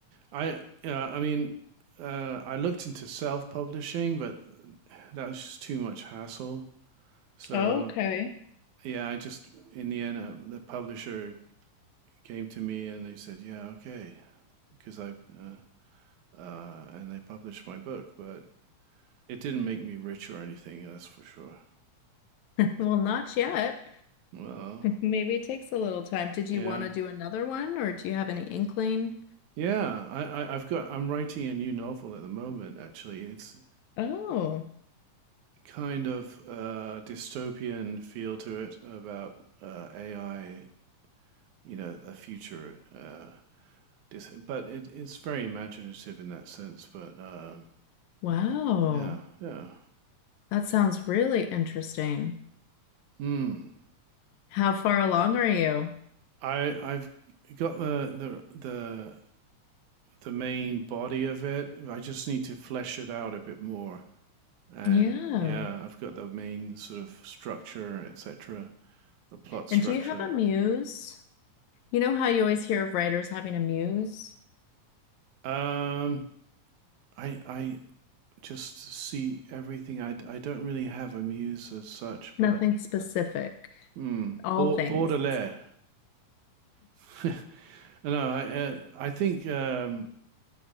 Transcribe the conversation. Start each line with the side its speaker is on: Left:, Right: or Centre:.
Right: I, yeah, I mean, uh, I looked into self-publishing, but that was just too much hassle. So,
Left: Okay. <laughs>
Right: yeah, I just, in the end, uh, the publisher came to me and they said, yeah, okay, because I, uh, uh, and I published my book, but it didn't make me rich or anything, that's for sure.
Left: Well, not yet.
Right: Well,
Left: Maybe it takes a little time. Did you
Right: yeah,
Left: want to do another one or do you have any inkling?
Right: yeah. I, I I've got I'm writing a new novel at the moment. Actually, it's
Left: Oh,
Right: kind of uh, dystopian feel to it about uh, AI. You know, a future. Uh, dis- but it, it's very imaginative in that sense. But um,
Left: wow.
Right: yeah, yeah.
Left: That sounds really interesting.
Right: Hmm.
Left: How far along are you?
Right: I I've got the the the the main body of it. I just need to flesh it out a bit more. And
Left: Yeah.
Right: yeah, I've got the main sort of structure, etc., the plot structure.
Left: And do you have a muse? You know how you always hear of writers having a muse?
Right: Um, I I just see everything. I I don't really have a muse as such,
Left: Nothing
Right: but
Left: specific,
Right: hmm,
Left: all
Right: Baudelaire.
Left: things.
Right: <laughs> no, I uh, I think um